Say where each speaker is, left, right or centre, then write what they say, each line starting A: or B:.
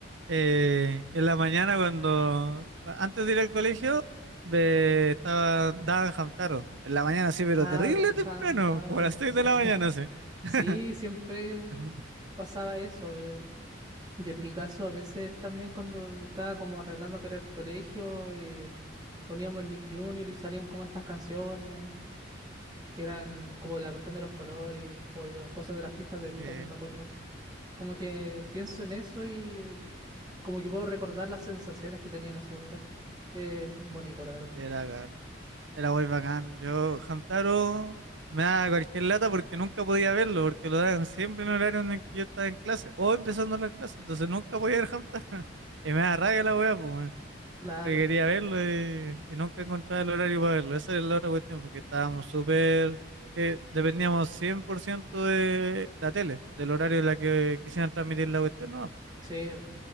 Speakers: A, on the right; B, on the right.
A: eh, que en la mañana cuando, antes de ir al colegio, ve- estaba, daban Hamtaro, en la mañana sí, pero
B: Ah,
A: terrible
B: ya,
A: temprano,
B: Hamtaro,
A: como a las 6
B: sí.
A: de la
B: <laughs>
A: mañana, sí.
B: Sí,
A: <laughs>
B: siempre
A: Ujú.
B: pasaba eso. eh, Y en mi caso, a veces también cuando me estaba como arreglando para el colegio, eh, poníamos el Nick Junior y salían como estas canciones, que eran como la cuestión de los colores, o de- cosas de las pistas de blue
A: Eh,
B: también me acuerdo. Como que pienso en eso y como que puedo recordar las sensaciones que tenía en esa época. Eh, bonito, la verdad.
A: era Era muy bacán. Yo, Hamtaro, me da cualquier lata porque nunca podía verlo, porque lo daban siempre en horario en el que yo estaba en clase, o empezando las clases, entonces nunca podía ver Hamtaro. <laughs> Y me da rabia la wea, pues, weón,
B: Claro,
A: porque quería verlo y, y nunca encontraba el horario para verlo. Esa es la otra cuestión, porque estábamos súper, que dependíamos 100% de la tele, del horario en la que quisieran transmitir la cuestión, no.
B: sí.